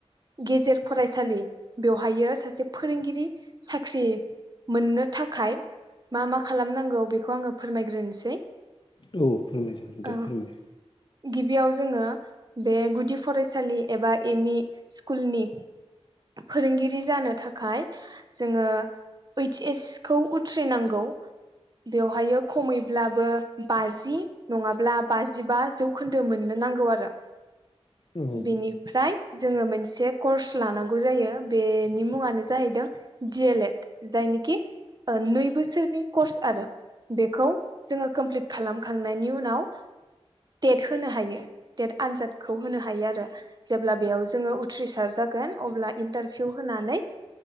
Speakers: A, on the right; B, on the left.
A: गेजेर फरायसालि बेवहाय सासे फोरोंगिरि साख्रि। मोननो थाखाय मा मा खालामनांगौ बेखौ आङो फोरमायग्रोनोसै।
B: औ फोरमायजागोन दे
A: औ
B: फोरमाय
A: गिबियाव जोङो। बे गुदि फरायसालि एबा एम मि स्कुलनि फोरोंगिरि जानो थाखाय जोङो। ओइच एस खौ उथ्रिनांगौ बेवहाय खमैब्लाबो बाजि नङाब्ला बाजिबा जौखोन्दो मोननो नांगौ आरो।
B: औ
A: बेनिफ्राय। जोङो मोनसे कर्स लानांगौ जायो बेनि मुङानो जाहैदों दिलेड। जायनिखि नै बोसोरनि कर्स आरो बेखौ जोङो कमप्लिट खालामखांनायनि उनाव टेट होनो हायो टेट आनजादखौ होनो हायो आरो जेब्ला बेयाव जोङो उथ्रिसार जागोन अब्ला इन्टारभिउ होनानै